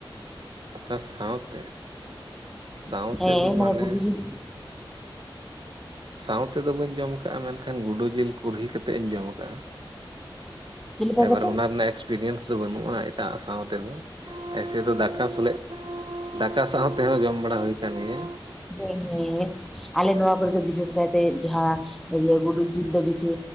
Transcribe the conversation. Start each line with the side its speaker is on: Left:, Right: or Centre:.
Right: ᱚᱠᱟ ᱥᱟᱶᱛᱮ? ᱥᱟᱶᱛᱮ
Centre: ᱦᱮᱸ
Right: ᱫᱚ ᱢᱟᱱᱮ
Centre: ᱜᱩᱰᱩ ᱡᱤᱞ
Right: ᱥᱟᱶ ᱛᱮᱫᱚ ᱵᱟᱹᱧ ᱡᱚᱢ ᱠᱟᱜᱼᱟ, ᱢᱮᱱᱠᱷᱟᱱ ᱜᱩᱰᱳ ᱡᱤᱞ ᱠᱩᱨᱦᱤ ᱠᱟᱛᱮᱜ ᱤᱧ ᱡᱚᱢ ᱟᱠᱟᱟᱜᱼᱟ ᱾
Centre: ᱪᱮᱫ ᱞᱮᱠᱟ
Right: ᱮᱵᱟᱨ
Centre: ᱠᱟᱛᱮ
Right: ᱚᱱᱟ ᱨᱮᱱᱟᱜ ᱮᱠᱥᱯᱨᱤᱭᱮᱱᱥ ᱫᱚ ᱵᱟᱹᱱᱩᱜᱼᱟ ᱮᱴᱟᱜ ᱥᱟᱶ ᱛᱮᱫᱚ᱾ ᱮᱥᱮ ᱛᱚ ᱫᱟᱠᱟ ᱥᱞᱮᱜ, ᱫᱟᱠᱟ ᱥᱟᱶ ᱛᱮᱦᱚᱸ ᱡᱚᱢ ᱵᱟᱲᱟ ᱦᱩᱭ ᱠᱟᱱᱟᱱ ᱜᱮᱭᱟ ᱾
Centre: ᱦᱮᱸ ᱦᱮᱸ ᱾ ᱟᱞᱮ ᱱᱚᱣᱟ ᱠᱚᱨᱮ ᱫᱚ ᱵᱤᱥᱮᱥ ᱠᱟᱭᱛᱮ ᱡᱟᱦᱟᱸ ᱤᱭᱟᱹ ᱜᱩᱰᱩ ᱡᱤᱞ ᱫᱚ ᱵᱮᱥᱤ